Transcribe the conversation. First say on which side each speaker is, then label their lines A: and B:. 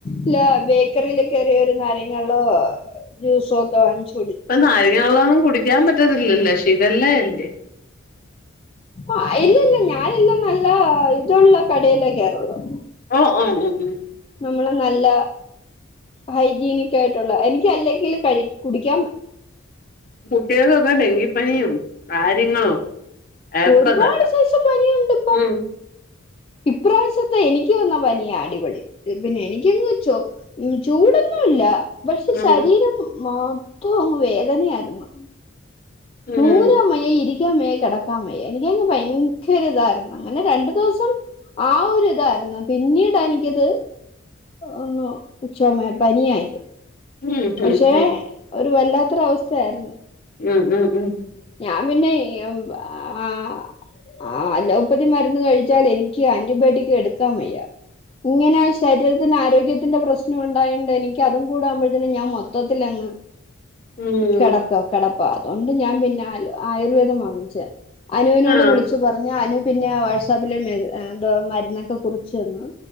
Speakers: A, on the left (about 25°); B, on the left (about 45°).
A: ഇല്ലാ ബേക്കറീല് കേറി ഒര് നാരങ്ങാള്ളോ ജ്യൂസോ ഒക്കെ വാങ്ങിച്ച്
B: ഇപ്പൊ നാരങ്ങാ വെള്ളോന്നും കുടിക്കാൻ പറ്റത്തില്ലല്ലോ ശിഘല്ല എല്ലേ
A: ആഹ് ഇല്ലല്ല ഞാനെന്നും നല്ലാ ഇതുള്ള കടേലാ കേറൊള്ളൂ
B: ഓ ഓ ഓ ഉം ഉം
A: നമ്മള് നല്ല ഹൈജീനിക് ആയിട്ടുള്ള എനിക്ക് അല്ലെങ്കിൽ കഴി കുടിക്കാം
B: കുട്ട്യേളെക്കെ ഡെങ്കിപ്പനിയും കാര്യങ്ങളും ഒക്കെ
A: ഒരുപാട്
B: തന്നെ
A: സൈസ് പനിയുണ്ട് ഇപ്പം
B: ഉം
A: ഇപ്രാവശ്യത്തെ എനിക്ക് വന്ന പനിയാ അടിപൊളി പിന്നെ എനിക്ക്ങ്ങ് ചൊ ഉം ചൂടൊന്നുല്ല പക്ഷെ
B: ഉം
A: ശരീരം മൊത്തം അങ്ങ് വേദനയായിര്ന്ന്
B: ഉം
A: നൂരാം വെയ്യ ഇരിക്കാമെയ്യ കെടക്കാമെയ്യ എനിക്കങ്ങ് ഭയങ്കര ഇതാരുന്നു അങ്ങനെ രണ്ടു ദിവസം ആ ഒര് ഇതായിരുന്നു പിന്നീടാ എനിക്കിത് ആഹ് ഓ ചൊമെ പനിയായത്
B: ഉം
A: പക്ഷേ
B: ഉം ഉം
A: ഒരു വല്ലാത്തൊരു അവസ്ഥയായിരുന്നു
B: ഉം ഉം ഉം
A: ഞാൻ പിന്നെ ഇ ഇ ഉ ആഹ് ആഹ് അലോപ്പതി മരുന്ന് കഴിച്ചാലെനിക്ക് ആന്റിബയോട്ടിക് എടുക്കാൻ വയ്യ ഇങ്ങനേ ശരീര ത്തിന് ആരോഗ്യത്തിന്റെ പ്രശ്നം ഉണ്ടായോണ്ട് എനിക്ക് അതും കൂടാവുമ്പഴത്തേന് ഞാൻ മൊത്തത്തിലങ്ങ്
B: ഉം ഉം
A: കെടക്കാ കെടപ്പാ അതോണ്ട് ഞാൻ പിന്നെ അലോ ആയുർവേദം വാങ്ങിച്ചേ അനുവിനോട്
B: ആഹ്
A: വിളിച്ചു പറഞ്ഞാ അനു പിന്നേ വാട്സാപ്പില് മെ ഏ തോ മര്ന്നൊക്കെ കുറിച്ചന്നു